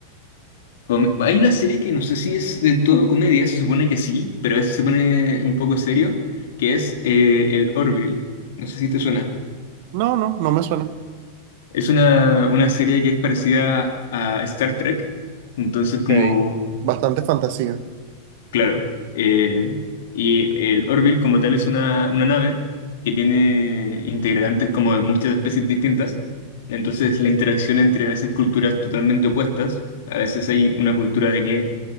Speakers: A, on the left (about 55°); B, on the right (about 45°).
A: Come- Hay una serie que no sé si es del todo comedia, se supone que sí, pero a veces se pone un poco serio, que es eh, el Orville. No sé si te suena.
B: No, no, no me suena.
A: Es una, una serie que es parecida a Star Trek, entonces como,
B: Ok. Bastante fantasía.
A: claro. eh, y el Orville como tal es una, una nave que tiene integrantes como de muchas especies distintas, entonces la interacción entre a veces culturas totalmente opuestas, a veces hay una cultura de que